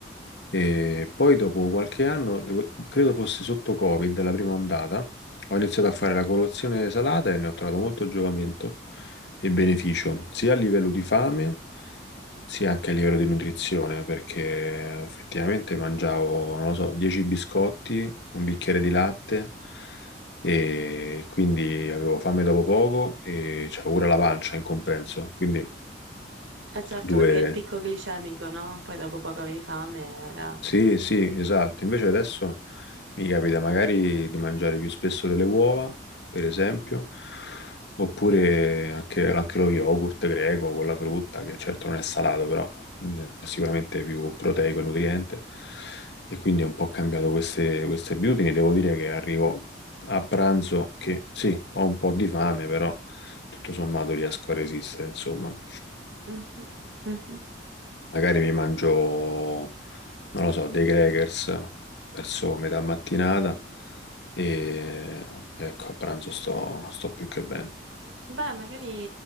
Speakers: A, on the left; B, on the right.
A: e poi dopo qualche anno, devo- credo fosse sotto Covid, la prima ondata, ho iniziato a fare la colazione salata e ne ho trovato molto giovamento e beneficio, sia a livello di fame sì, anche a livello di nutrizione, perché effettivamente mangiavo, non lo so, 10 biscotti, un bicchiere di latte e quindi avevo fame dopo poco e c'avevo pure la pancia in compenso. Quindi
B: Eh certo,
A: due...
B: perché il picco glicemico, no? Poi dopo poco avevi fame, era...
A: Sì, sì, esatto. Invece adesso Mi capita magari di mangiare più spesso delle uova, per esempio, oppure anche, anche lo yogurt greco con la frutta, che certo non è salato, però mm, è sicuramente più proteico e nutriente. E quindi ho un po' cambiato queste, queste abitudini. Devo dire che arrivo a pranzo che sì, ho un po' di fame, però tutto sommato riesco a resistere, insomma.
B: Mhm, mhm.
A: Magari mi mangio non lo so, dei crackers verso metà mattinata e ecco, a pranzo sto, sto più che bene.
B: Beh, magari